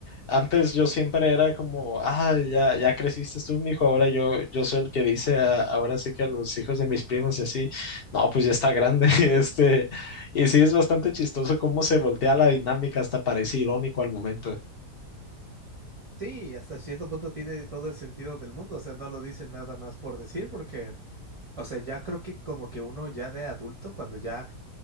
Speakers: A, on the left; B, on the right.
A: Antes yo siempre era como, ah, ya, ya creciste tú, mijo, ahora yo, yo soy el que dice, a- ahora sí que a los hijos de mis primos y así, no, pues ya está grande, <laughs> este, y sí es bastante chistoso cómo se voltea la dinámica, hasta parece irónico al momento.
B: Sí, hasta cierto punto tiene todo el sentido del mundo, o sea, no lo dicen nada más por decir, porque, o sea, ya creo que como que uno ya de adulto, cuando ya